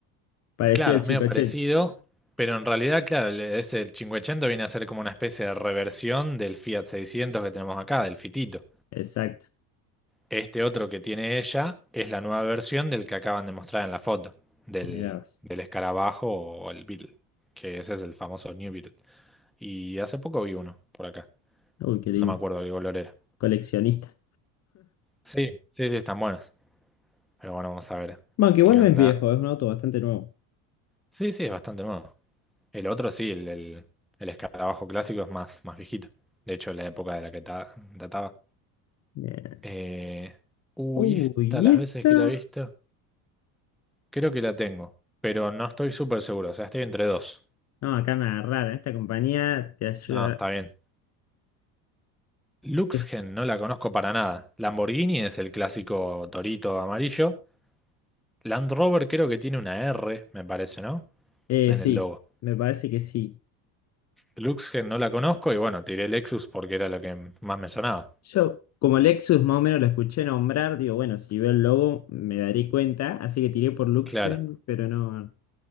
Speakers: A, on the left; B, in the centre.
A: Parecido
B: claro,
A: al
B: es
A: 580.
B: medio parecido, pero en realidad, claro, el- ese el 580 viene a ser como una especie de reversión del Fiat 600 que tenemos acá, del Fitito.
A: <laughs> Exacto.
B: Este otro que tiene ella es la nueva versión del que acaban de mostrar en la foto, del,
A: Mirá vos.
B: del escarabajo o el Beetle, que ese es el famoso New Beetle. Y hace poco vi uno por acá,
A: Uy, qué lindo.
B: no me acuerdo qué color era.
A: Coleccionista.
B: Sí, sí, sí, están buenos. Pero bueno, vamos a ver
A: Bueno, que igual
B: qué
A: no
B: onda.
A: es viejo, es un auto bastante nuevo.
B: Sí, sí, es bastante nuevo. El otro sí, el, el, el escarabajo clásico es más, más viejito. De hecho, la época de la que ta- databa.
A: Eh,
B: Eh, uy,
A: Uy,
B: esta,
A: ¿y
B: las
A: esta?
B: veces que la he visto, creo que la tengo, pero no estoy súper seguro, o sea, estoy entre dos.
A: No, acá me agarraron. Esta compañía te ayuda.
B: No, está bien. Luxgen
A: Es-
B: no la conozco para nada. Lamborghini es el clásico torito amarillo. Land Rover creo que tiene una R, me parece, ¿no?
A: eh,
B: En
A: sí,
B: el logo.
A: me parece que sí.
B: Luxgen no la conozco y bueno, tiré Lexus porque era lo que m- más me sonaba.
A: Yo, como Lexus más o menos lo escuché nombrar, digo, bueno, si veo el logo me daré cuenta. Así que tiré por Luxen,
B: Claro.
A: pero no,